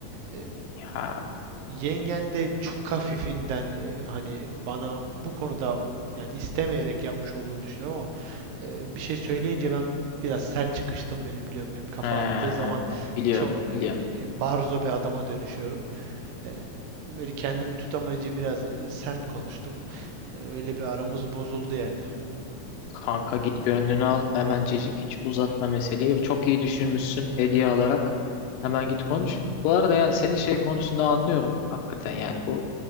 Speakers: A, on the right; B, on the left.
A: E,
B: Ya.
A: Yengen de çok hafifinden e, hani bana bu konuda o- yani istemeyerek yapmış olduğunu düşünüyorum ama e, bir şey söyleyince ben biraz sert çıkıştım. Beni biliyorum benim kafa
B: He,
A: attığı zaman
B: biliyorum,
A: çok e,
B: biliyorum.
A: barzo bir adama dönüşüyorum. E, böyle kendimi tutamayınca biraz e, sert konuştum. E, öyle bir aramız bozuldu yani.
B: Kanka git gönlünü al hemencecik hiç uzatma meseleyi. Çok iyi düşünmüşsün hediye alarak. Hemen git konuş. Bu arada yani senin şey konusunda anlıyorum. Hakikaten yani bu